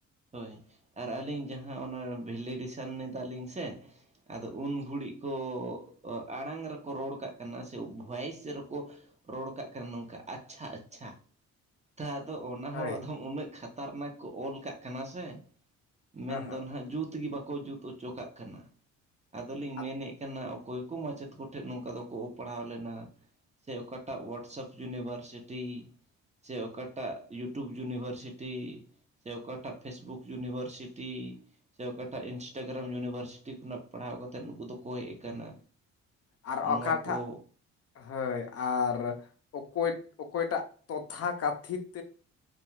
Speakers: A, on the right; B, on the left.
A: ᱦᱳᱭ ᱟᱨ
B: ᱦᱮᱸ
A: ᱟᱹᱞᱤᱧ ᱡᱟᱦᱟᱸ ᱚᱱᱟ ᱵᱷᱮᱞᱤᱰᱮᱥᱚᱱ ᱮᱫᱟᱞᱤᱧ ᱥᱮ ᱟᱫᱚ ᱩᱱ ᱜᱷᱩᱲᱤᱡ ᱠᱚ ᱟᱲᱟᱝ ᱨᱮᱠᱚ ᱨᱚᱲ ᱠᱟᱜ ᱠᱟᱱᱟ ᱥᱮ ᱵᱷᱚᱭᱮᱥ ᱨᱮᱠᱚ ᱨᱚᱲ ᱠᱟᱜ ᱠᱟᱱᱟ ᱱᱚᱝᱠᱟ ᱟᱪᱪᱷᱟ ᱟᱪᱪᱷᱟ ᱛᱚ ᱟᱫᱚ ᱚᱱᱟ
B: ᱦᱳᱭ
A: ᱦᱚᱸ ᱟᱫᱚᱢ ᱩᱱᱟᱹᱜ ᱠᱷᱟᱛᱟᱨᱱᱟᱠ ᱠᱚ ᱚᱞ ᱠᱟᱜ ᱠᱟᱱᱟ ᱥᱮ ᱢᱮᱱᱫᱚ
B: ᱦᱮᱸ ᱦᱮᱸ
A: ᱱᱟᱜ ᱡᱩᱛ ᱜᱮ ᱵᱟᱠᱚ ᱡᱩᱛ ᱚᱪᱚ ᱠᱟᱜ ᱠᱟᱱᱟ ᱟᱫᱚᱞᱤᱧ
B: ᱟᱨ
A: ᱢᱮᱱᱮᱜ ᱠᱟᱱᱟ ᱚᱠᱚᱭ ᱠᱚ ᱢᱟᱪᱮᱫ ᱠᱚᱴᱷᱮᱜ ᱱᱚᱝᱠᱟ ᱫᱚᱠᱚ ᱯᱟᱲᱦᱟᱣ ᱞᱮᱱᱟ ᱥᱮ ᱚᱠᱟᱴᱟᱜ ᱣᱟᱴᱥᱮᱯ ᱤᱭᱩᱱᱤᱵᱷᱟᱨᱥᱤᱴᱤ ᱥᱮ ᱚᱠᱟᱴᱟᱜ ᱤᱭᱩᱴᱩᱵᱽ ᱤᱭᱩᱱᱤᱵᱷᱟᱨᱥᱤᱴᱤ ᱥᱮ ᱚᱠᱟᱴᱟᱜ ᱯᱷᱮᱥᱵᱩᱠ ᱤᱭᱩᱱᱤᱵᱷᱟᱨᱥᱤᱴᱤ ᱥᱮ ᱚᱠᱟᱴᱟᱜ ᱤᱱᱥᱴᱟᱜᱨᱟᱢ ᱤᱭᱩᱱᱤᱵᱷᱟᱨᱥᱤᱴᱤ ᱠᱷᱚᱱᱟᱜ ᱯᱟᱲᱦᱟᱣ ᱠᱟᱛᱮᱫ ᱱᱩᱠᱩ ᱫᱚᱠᱚ ᱦᱮᱡ ᱟᱠᱟᱱᱟ
B: ᱟᱨ
A: ᱱᱚᱣᱟ
B: ᱚᱠᱟᱴᱷᱟᱜ
A: ᱠᱚ
B: ᱦᱳᱭ ᱟᱨ ᱚᱠᱚᱭ ᱚᱠᱚᱭᱴᱟᱜ ᱛᱚᱛᱷᱟ ᱠᱟᱛᱷᱤᱛ